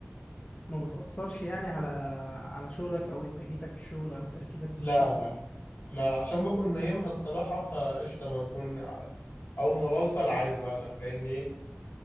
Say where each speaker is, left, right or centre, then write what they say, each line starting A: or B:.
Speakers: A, on the left; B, on the left.
A: ما بتأثرش يعني على على شغلك او انتاجيتك في الشغل او تركيزك
B: لا
A: في الشغل
B: لا لا لا عشان بكون نايمها الصراحة فقشطة بكون أول ما بوصل عادي بقى أنا كأني إيه